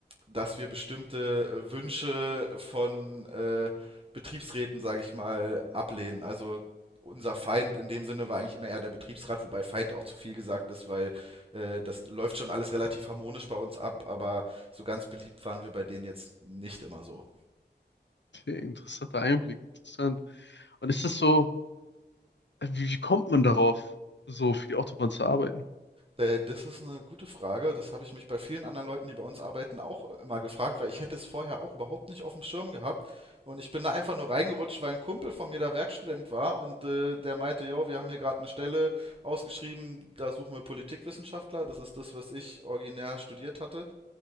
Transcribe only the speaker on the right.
dass wir bestimmte äh, Wünsche von äh, Betriebsräten, sage ich mal, ablehnen. Also unser Feind in dem Sinne war eigentlich immer eher der Betriebsrat, wobei Feind auch zu viel gesagt ist, weil äh, das läuft schon alles relativ harmonisch bei uns ab, aber so ganz beliebt waren wir bei denen jetzt nicht immer so.
Äh, das ist eine gute Frage. Das habe ich mich bei vielen anderen Leuten, die bei uns arbeiten, auch immer gefragt, weil ich hätte es vorher auch überhaupt nicht auf dem Schirm gehabt. Und ich bin da einfach nur reingerutscht, weil ein Kumpel von mir da Werkstudent war und äh, der meinte, yo, wir haben hier gerade eine Stelle ausgeschrieben, da suchen wir Politikwissenschaftler. Das ist das, was ich originär studiert hatte.